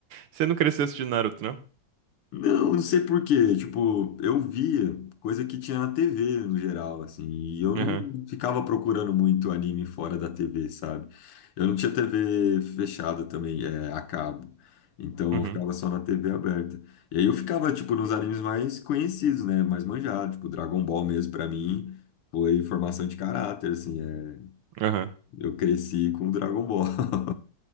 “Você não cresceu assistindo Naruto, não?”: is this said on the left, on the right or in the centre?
Right